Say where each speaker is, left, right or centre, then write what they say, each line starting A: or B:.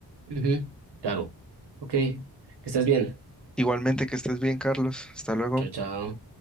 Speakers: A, on the right (about 75°); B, in the centre.
A: Ujú, Claro. Ok, que estés bien.
B: Igualmente que estés bien, Carlos. Hasta luego.
A: Chao, chao.